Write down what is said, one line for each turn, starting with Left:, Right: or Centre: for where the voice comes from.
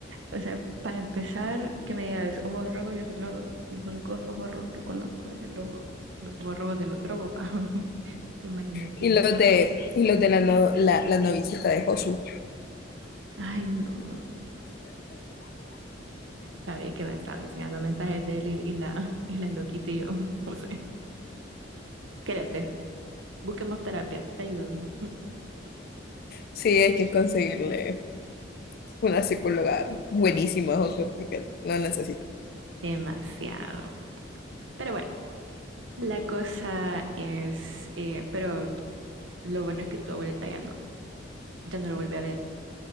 Right: O sea, para empezar, que me digas ojos rojos, yo solo, los únicos ojos rojos que conozco es el ojo, los ojos rojos de los drogos, pa. <laughs> Imagínate.
Left: Y los de, y los de la, no- la, la noviecita de Josu.
Right: Ay, no. Sabéis que me estaba enseñando mensajes de él y, y la, <laughs> y la loquita y yo, <laughs> no sé. Quédate, busquemos terapia, te ayudo. <laughs>
Left: Sí, hay que conseguirle una psicóloga buenísima a Josué porque lo necesito.
Right: Demasiado. Pero bueno, la cosa es, eh, pero lo bueno es que tu abuelita ya no, ya no lo volví a ver.